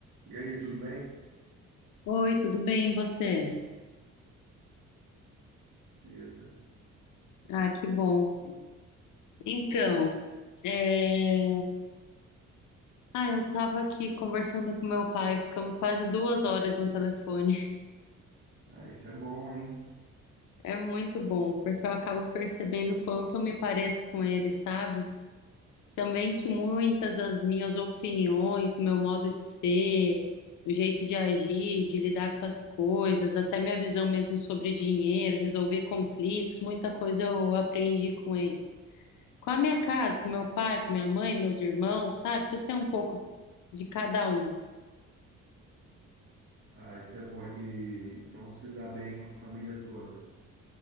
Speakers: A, on the right; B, on the left.
A: E aí, tudo bem?
B: Oi, tudo bem, e você?
A: Beleza.
B: Ah, que bom. Então, é... ah, eu tava aqui conversando com meu pai, ficamos quase duas horas no telefone. <laughs>
A: Ah, isso é bom, hein?
B: É muito bom, porque eu acabo percebendo o quanto eu me pareço com ele, sabe? Também que muitas das minhas opiniões, o meu modo de ser, o jeito de agir, de lidar com as coisas, até minha visão mesmo sobre dinheiro, resolver conflitos, muita coisa eu aprendi com eles. com a minha casa, com meu pai, com minha mãe, meus irmãos, sabe? Tudo tem um pouco de cada um.
A: Ah, isso é bom. E então tu se dá bem com a família toda.